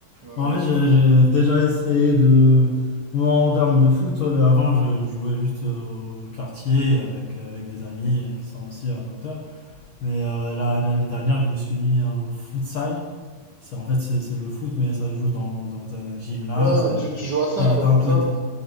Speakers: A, on the right; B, on the left.
A: Ouais,
B: En fait,
A: ouais.
B: j'ai j'ai déjà essayé de. Moi, en termes de foot, euh, avant, je jouais juste euh, au quartier avec, avec des amis euh, qui sont aussi amateurs. Mais euh, la- l'année dernière, je me suis mis euh, au futsal. Ça, en fait, c'est c'est le foot, mais ça se joue dans, dans un gymnase.
A: Ouais,
B: Et
A: tu, tu joues à 5
B: t'as,
A: quoi,
B: t'as
A: c'est
B: un peu
A: ça?
B: d-